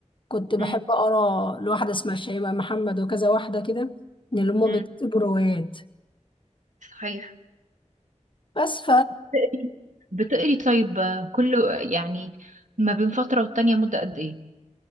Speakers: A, on the left (about 40°); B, on the right (about 75°).
A: كنت بحب
B: امم
A: أقرأ لواحدة اسمها شيماء محمد وكذا واحدة كده من اللي هما
B: امم
A: بيكتبوا روايات
B: صحيح
A: بس
B: بتقري بتقري طيب آه، كل يعني ما بين فترة والتانية مدة قد ايه؟